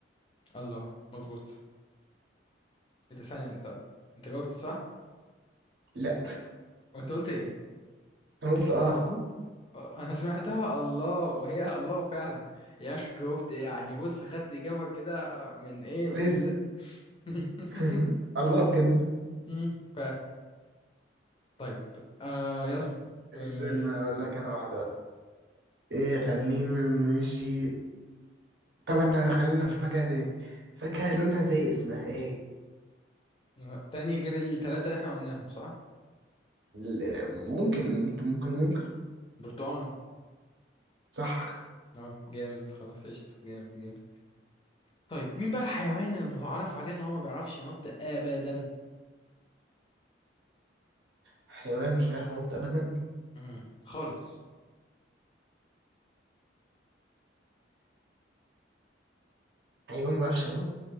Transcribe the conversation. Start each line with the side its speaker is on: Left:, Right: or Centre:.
Left: الله مظبوط ايه ده ثانية انت انت جاوبت صح
Right: لا
Left: وانت قلت ايه
Right: انا قلت اه
Left: آه، انا سمعتها الله وهي <laughs> الله فعلا يا اخي جاوبت يعني بص خدت اجابه كده من ايه من
Right: رزق
Left: الله <laughs>
Right: <laughs> الله
Left: و-
Right: بجد
Left: مم، ف طيب آه يلا آه
Right: استنى اقول لك انا واحدة بقى ايه خلينا نجي طبعا خلينا في الفاكهة تاني فاكهة لونها زي اسمها ايه
Left: آه، تاني غير التلاتة اللي احنا قلناهم صح
Right: ل- ممكن انت ممكن ممكن
Left: برتقانة
Right: صح
Left: اه جامد خلاص قشطة جامد جامد طيب مين بقى الحيوان المتعارف عليه ان هو ما بيعرفش ينط ابدا
Right: حيوان مش بيعرف ينط ابدا
Left: مم. خالص
Right: حيوان ما بيعرفش ينط